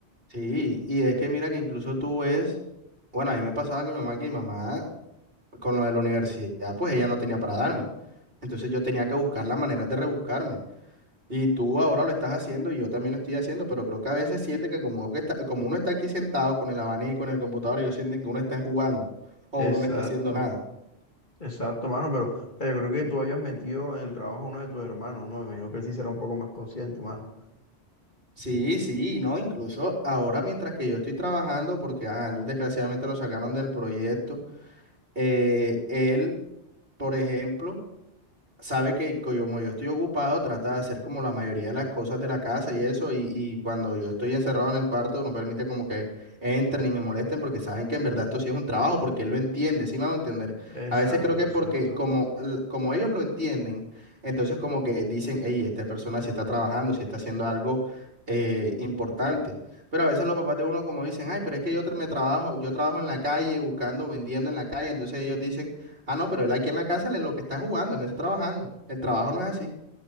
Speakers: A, on the right; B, on the left.
A: Sí, y es que mira que incluso tú ves, bueno, a mí me pasaba con mi mamá que mi mamá, con lo de la universidad, pues ella no tenía para darme. Entonces yo tenía que buscar las maneras de rebuscarme. Y tú ahora lo estás haciendo y yo también lo estoy haciendo, pero creo que a veces sienten que como uno, que está, como uno está aquí sentado con el abanico en el computador, ellos sienten que uno está jugando o
B: Exacto,
A: uno no está haciendo nada.
B: exacto, mano, pero, o sea, yo creo que tú habías metido en el trabajo a uno de tus hermanos, ¿no? Me imagino que él sí será un poco más consciente, mano.
A: Sí, sí, no, incluso ahora mientras que yo estoy trabajando, porque a él desgraciadamente lo sacaron del proyecto, eh, él, por ejemplo, sabe que co- como yo estoy ocupado, trata de hacer como la mayoría de las cosas de la casa y eso, y, y cuando yo estoy encerrado en el cuarto, no permite como que entren y me molesten porque saben que en verdad esto sí es un trabajo, porque él lo entiende, sí me va a entender.
B: Exacto,
A: A veces creo que es
B: exacto.
A: porque como, l- como ellos lo entienden, entonces como que dicen, hey, esta persona sí está trabajando, sí está haciendo algo. eh, importante, pero a veces los papás de uno como dicen, ay, pero es que yo tra- me trabajo, yo trabajo en la calle buscando, vendiendo en la calle, entonces ellos dicen Ah, no, pero él aquí en la casa, él es lo que está jugando, él no está trabajando. El trabajo no es así.